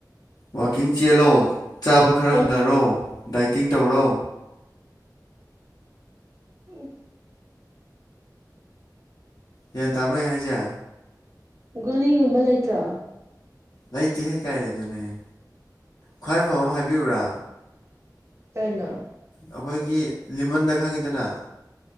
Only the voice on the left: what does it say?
ꯋꯥꯛꯀꯤꯡ ꯆꯦꯜꯂꯣ ꯆꯥꯕ ꯈꯔ
ꯍꯟꯊꯔꯣ ꯗꯥꯏꯇꯤꯡ ꯇꯧꯔꯣ
ꯒ꯭ꯌꯥꯟ ꯇꯥꯕ꯭ꯔꯥ ꯑꯩ ꯍꯥꯏꯁꯦ
ꯂꯩꯇꯦꯍ ꯀꯥꯏ ꯂꯩꯗꯣꯏꯅꯣ ꯍꯦ ꯈ꯭ꯋꯥꯏ ꯐꯕ ꯑꯃ ꯍꯥꯏꯕꯤꯌꯨꯔꯥ
ꯑꯩꯈꯣꯏꯒꯤ ꯂꯤꯃꯟꯗ ꯈꯪꯉꯤꯗꯅ